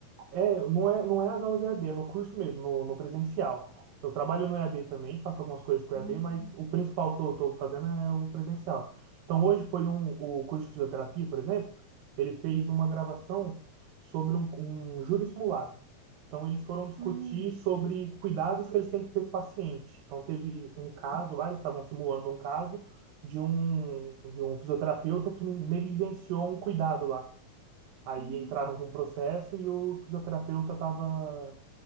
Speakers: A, on the right (about 80°); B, on the right (about 55°).
A: É, não é, não é as aulas EAD, é no curso mesmo, no, no presencial. Eu trabalho no EAD também, faço algumas coisas com
B: Hum,
A: EAD, mas o principal que eu estou fazendo é o presencial. Então, hoje foi um, o curso de fisioterapia, por exemplo, ele fez uma gravação sobre um, um júri simulado. Então, eles foram discutir
B: hum,
A: sobre cuidados que eles têm que ter com o paciente. Então, teve um caso
B: hum,
A: lá, eles estavam simulando um caso de um, de um fisioterapeuta que negligenciou um cuidado lá. Aí
B: hum,
A: entraram com um processo e o fisioterapeuta estava